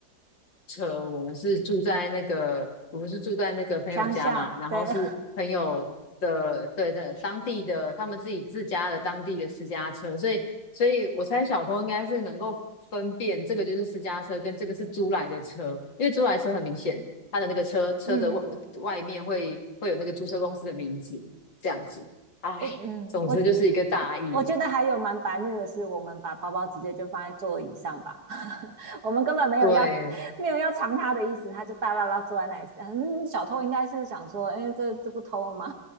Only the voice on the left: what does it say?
车，我们是住在那个，我们是住在那个朋友家嘛，
然后是朋友的，
对的，当地的他们自己自家的当地的私家车，所以，所以我猜小偷应该是能够分辨这个就是私家车跟这个是租来的车，因为租来车很明显，他的那个车车的外外面会会有那个租车公司的名字，
这样子，哎，
总之就是一个大意，
对，